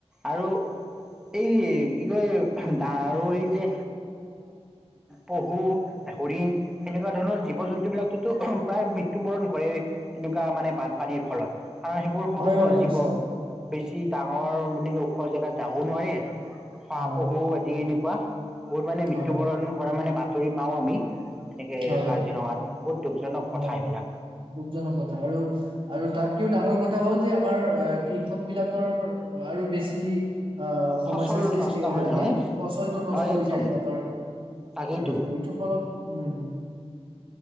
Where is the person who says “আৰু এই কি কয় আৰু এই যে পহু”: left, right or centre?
Centre